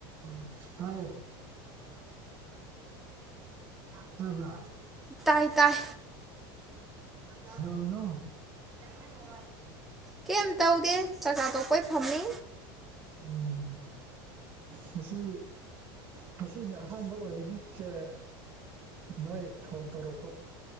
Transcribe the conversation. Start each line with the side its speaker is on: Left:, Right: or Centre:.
Right: ꯑ ꯇꯥꯏ ꯇꯕ꯭ꯔ
Centre: ꯇꯥꯏ ꯇꯥꯏ
Right: ꯀꯩꯗꯧꯔꯤꯅꯣ ꯀ ꯐ <inaudible>
Centre: ꯀꯩꯝ ꯇꯧꯗꯦ ꯆꯥꯛꯆꯥ ꯇꯣꯛꯄꯩ ꯐꯝꯃꯤ
Right: ꯎꯝ ꯉꯁꯤ ꯉꯁꯤꯅ ꯑꯍꯥꯟꯕ ꯑꯣꯏꯑꯦ ꯅꯣꯏ ꯐꯣꯟ ꯇꯧꯔꯛꯄ